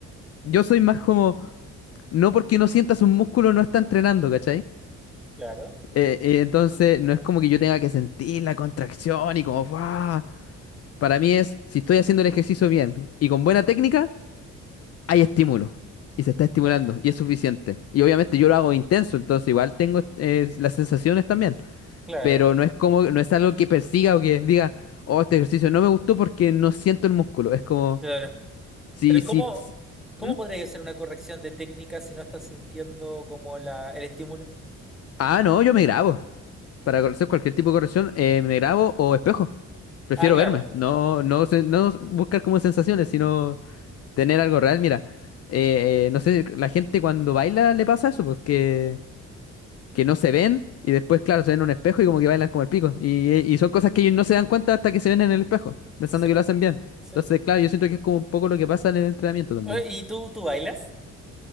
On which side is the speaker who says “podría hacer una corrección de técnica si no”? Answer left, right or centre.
Centre